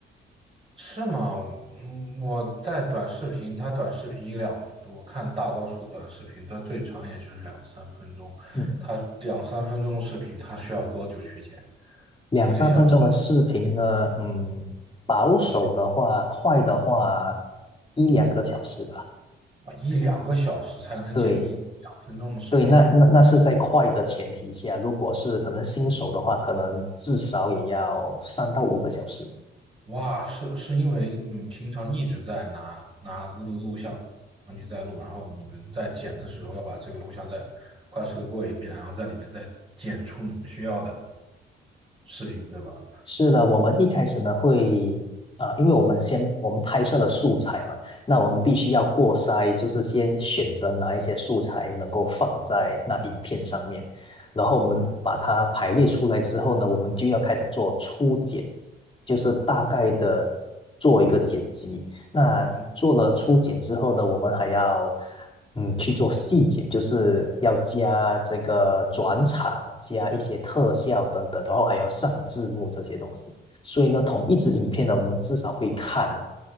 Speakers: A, on the right; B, on the left.
A: 是吗？嗯，我在短视频，它短视频一两，我看大多数短视频，它最长也就是两三分钟。
B: 嗯，
A: 它两三分钟的视频，它需要多久去剪？
B: 两三分钟的视频呢，
A: 一个小时，
B: 嗯，保守的话，
A: 两个，
B: 快的话一两个小时吧。
A: 哇，一两个小时才能剪一一两分钟的视频啊！
B: 对对，那那那是在快的前提下，如果是可能新手的话，可能至少也要三到五个小时。
A: 哇，是是因为你们平常一直在拿拿录录像机在录，然后你们在剪的时候要把这个录像再快速的过一遍，然后在里面再剪出你们需要的视频，对吧？
B: 是的，我们一开始呢会，啊，因为我们先我们拍摄了素材嘛，那我们必须要过筛，就是先选择哪一些素材能够放在那影片上面，然后我们把它排列出来之后呢，我们就要开始做初剪，就是大概的做一个剪辑，那做了初剪之后呢，
A: 嗯。
B: 我们还要嗯去做细剪，就是要加这个转场，加一些特效等等，然后还要上字幕这些东西。所以呢，同一支影片呢，我们至少会看